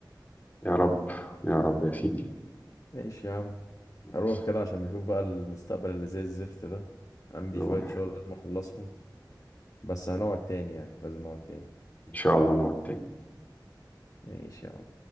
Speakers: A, on the left; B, on the left.
A: يا رب يا رب يا سيدي
B: ماشي يا عم
A: ماشي.
B: هروح كده عشان نشوف بقى المستقبل اللي زي الزفت ده عندي
A: روح
B: شويه شغل لازم اخلصهم بس هنقعد تاني يعني لازم نقعد تاني
A: إن شاء الله نقعد تاني
B: ماشي يا عم